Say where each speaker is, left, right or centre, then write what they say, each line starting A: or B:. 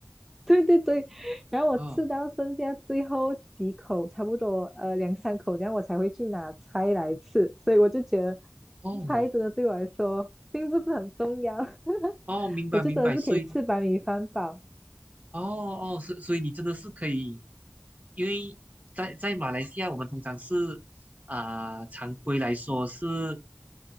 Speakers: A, in the centre; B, on the right.
A: 对对对，然后我吃到剩下最后几口，
B: 哦
A: 差不多呃两三口这样，我才会去拿菜来吃，所以我就觉得
B: 哦
A: 菜真的对我来说并不是很重要，<laughs>
B: 哦，明白明白，
A: 我就真的是可以吃白米饭饱，
B: 所以哦哦，所以所以你真的是可以，因为在在马来西亚，我们通常是啊、常规来说是